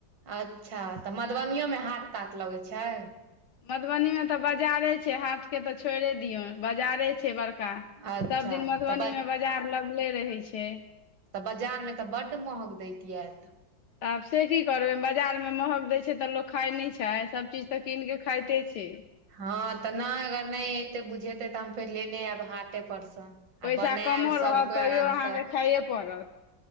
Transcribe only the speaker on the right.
अच्छा, तऽ मधुबनीमे हाट ताट लगैत छै?
अच्छा
तऽ
तऽ बाजार मे तऽ बड महग दयके यत
हँ तऽ नहि अगर नहि एते बुझेतै तऽ हम फेर लेने आयब हाटे परसँ
आ बनायब
सभ
कोइ
आराम
सँ